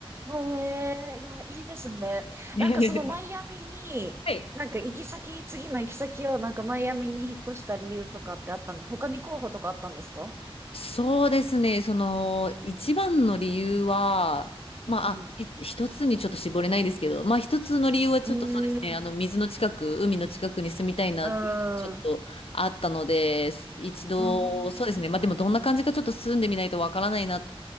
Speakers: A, on the right (about 25°); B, on the left (about 70°).
A: へえ。いや、いいですね。
B: <laughs>
A: なんかそのマイアミに、
B: はい。
A: なんか行き先、次の行き先をなんかマイアミに引っ越した理由とかってあったんで、他に候補とかあったんですか
B: そうですね、その一番の理由は、
A: うん。
B: まあ、あ、い一つにちょっと絞れないですけど、まあ一つの理由はちょっとそうですね、
A: うん。うん。うん。
B: あの水の近く、海の近くに住みたいなっていうのがちょっとあったので、
A: ああ。
B: 一度、
A: うん。
B: そうですね、まあでもどんな感じかちょっと住んでみないとわからないなと